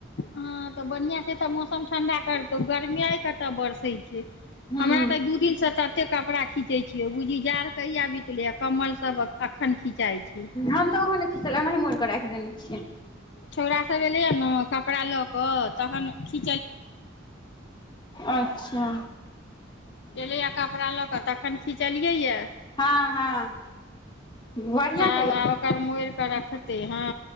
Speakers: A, on the left; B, on the left.
A: हँ तऽ बढ़ियां छै तऽ मौसम ठंडा करतौ गर्मी कतऽ बरसे छै
B: हूं
A: हमरा तऽ दू दिनसँ त केते कपड़ा खीचैय छियै बूझी जाड़ कहिया बितलै कम्मल सब एखन खिचाय छै
B: हम तऽ ओहो नहि खिचलीयै अनाही मोरि कऽ राखि छै
A: छोरा सब एलै ने कपड़ा लऽ कऽ तहन खि
B: अच्छा
A: एलैया कपड़ा लऽ क तखन खिचलियै या
B: हँ हँ बढ़िया
A: तब
B: केले
A: आ ओकर मोड़ि कऽ रखतै हँ